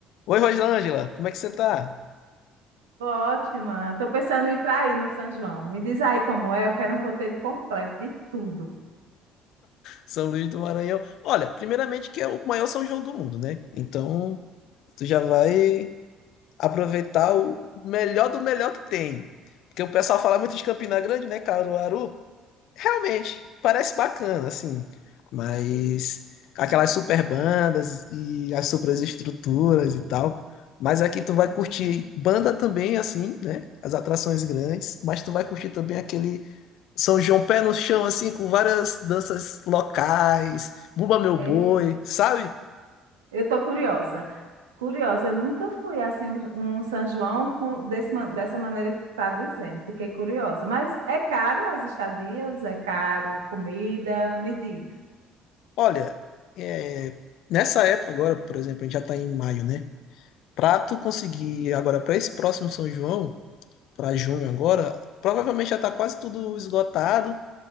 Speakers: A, on the left; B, on the right.
A: Oi, Rosângela, como é que você tá?
B: Ótima. Estou pensando em ir para aí no São João. Me diz aí como é. Eu quero um roteiro completo de tudo.
A: São Luís do Maranhão. Olha, primeiramente que é o maior São João do mundo, né? Então, tu já vai aproveitar o melhor do melhor que tem. Porque o pessoal fala muito de Campina Grande, né, Caruaru? Realmente, parece bacana, assim. Mas aquelas super bandas e as super estruturas e tal. Mas aqui tu vai curtir banda também, assim, né? As atrações grandes. Mas tu vai curtir também aquele São João pé no chão, assim, com várias danças locais, Bumba Meu Boi,
B: É,
A: sabe?
B: Eu estou curiosa. Curiosa, eu nunca fui assim um um São João com, desse ma- dessa maneira que tu está dizendo. Fiquei curiosa. Mas é caro as estadias? É caro comida? Me diz.
A: Olha, é, nessa época agora, por exemplo, a gente já tá em maio, né? Pra tu conseguir agora, pra esse próximo São João, pra junho agora, provavelmente já tá quase tudo esgotado